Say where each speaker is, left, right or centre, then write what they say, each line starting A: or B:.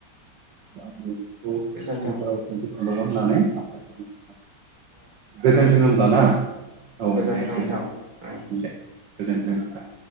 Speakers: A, on the right; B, on the right.
A: बेखौ
B: गोजोन्थों।
A: उनफोराव सोंथि सोंबावगोन होननानै आसा खालामो गोजोन्थों होमब्ला ना औ
B: गोजोन्थों
A: दे गोजोनथों
B: नोंथां
A: दे गोजोन्थों